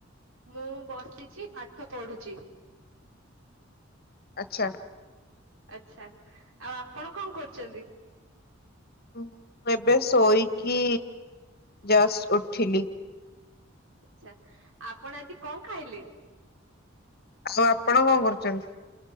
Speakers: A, on the right; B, on the left.
A: ମୁଁ ବସିଛି ପାଠ ପଢୁଛି।
B: ଆଚ୍ଛା
A: ଆଚ୍ଛା ଆଉ ଆପଣ କଣ କରୁଛନ୍ତି।
B: ମୁଁ ଏବେ ଶୋଇକି ଜଷ୍ଟ ଉଠିଲି।
A: ଆଚ୍ଛା ଆପଣ ଆଜି କଣ ଖାଇଲେ।
B: ହାଲୋ ଆପ ଆପଣ କଣ କରୁଛନ୍ତି।